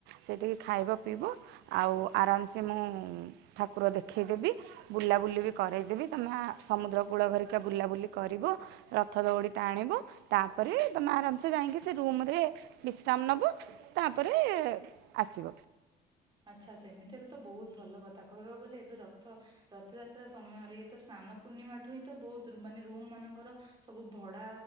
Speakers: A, on the right (about 85°); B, on the right (about 25°).
A: ସେଇଠି ଖାଇବ ପିଇବ ଆଉ ଆରାମସେ ମୁଁ ଠାକୁର ଦେଖେଇ ଦେବି, ବୁଲାବୁଲି ବି କରାଇଦେବି ତମେ ସମୁଦ୍ର କୂଳ ଘେରିକା ବୁଲାବୁଲି କରିବ, ରଥ ଦଉଡ଼ି ଟାଣିବ, ତାପରେ ତାପରେ ତମେ ଆରାମସେ ଯାଇଁକି ସେ ରୁମରେ ବିଶ୍ରାମ ନବ, ତାପରେ ଆସିବ।
B: ଆଚ୍ଛା ସେମିତି ହେଲେ ତ ବହୁତ ଭଲ କଥା। କହିବାକୁ ଗଲେ ଏବେ ରଥ ରଥଯାତ୍ରା ସମୟରେ ଏଇତ ସ୍ନା ସାନ୍ନପୂର୍ଣ୍ଣିମା ଠୁ ହିଁ ତ ବହୁତ ମାନେ ରୁମ୍ ମାନଙ୍କର ସବୁ ଭଡା